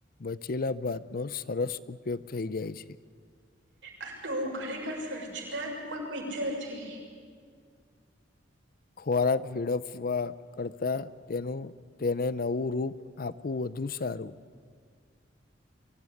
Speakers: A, on the left; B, on the right.
A: બચેલા ભાતનોો સરસ ઉપયોગ થઈ જાય છે.
B: આ તો હુ, ખરેખર સર્જનાત્મક વિચાર છે.
A: ખોરાક ફેડપવા કરતા તેનુ તેને નવું રૂપ આપવું વધુ સારું